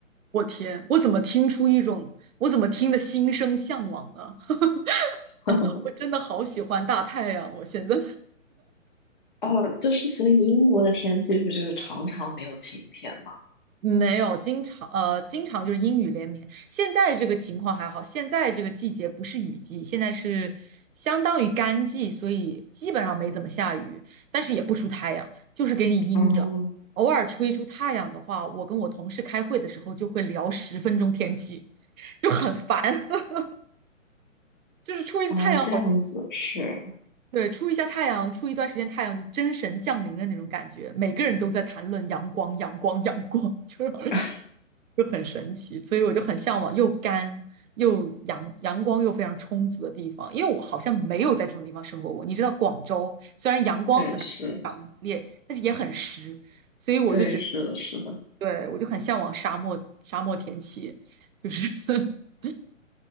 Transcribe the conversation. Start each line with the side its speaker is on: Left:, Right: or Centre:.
Right: 我天，我怎么听出一种，我怎么听得心生向往呢？<laughs>
Left: <laughs>
Right: 我真的好喜欢大太阳，我现在。
Left: 哦，就是所以英国的天气不就是常常没有晴天嘛？
Right: 没有，经常呃，经常就是阴雨连绵。现在这个情况还好，现在这个季节不是雨季，现在是相当于干季，所以基本上没怎么下雨，但是也不出太阳，就是给你阴着。
Left: 哦
Right: 偶尔出一出太阳的话，我跟我同事开会的时候就会聊十分钟天气，就很烦。<laughs> 就是出一次太阳好，
Left: 哦，这样子是，
Right: 对，出一下太阳，出一段时间太阳，就真神降临的那种感觉，每个人都在谈论阳光，阳光，阳光，<laughs> 就是
Left: <laughs>
Right: 就很神奇，所以我就很向往又干又阳阳光又非常充足的地方，因为我好像没有在这种地方生活过。你知道广州虽然阳光很
Left: 对是，
Right: 烈，但是也很湿，所以我就觉得，
Left: 对是的是的，
Right: 对，我就很向往沙漠沙漠天气，就是 <laughs>